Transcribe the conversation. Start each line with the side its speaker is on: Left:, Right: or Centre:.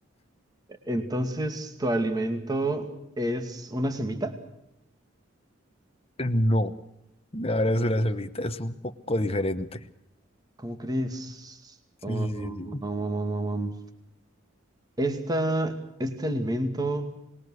Right: Entonces, ¿tu alimento es una semita?
Left: No, No, Ahora es una semita, es un poco diferente.
Right: ¿Cómo crees?
Left: Sí,
Right: Oh,
Left: sí, sí. sí.
Right: no, no, no, no, no. Esta, este alimento